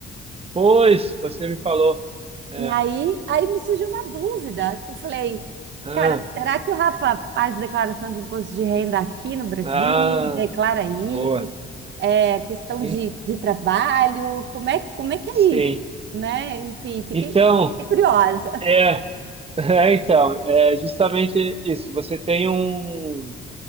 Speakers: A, on the right; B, on the right.
A: Pois, você me falou. É.
B: E aí, aí me surgiu uma dúvida, que eu falei,
A: Ah,
B: cara, será que o rapaz faz declaração de imposto de renda aqui no Brasil?
A: ah,
B: Declara aí,
A: boa.
B: é questão
A: E-
B: de, de trabalho, como é, como é que é
A: Sim.
B: isso, né? Enfim, fiquei
A: Então,
B: fiquei curiosa.
A: é, <laughs> é então, é justamente isso. Você tem um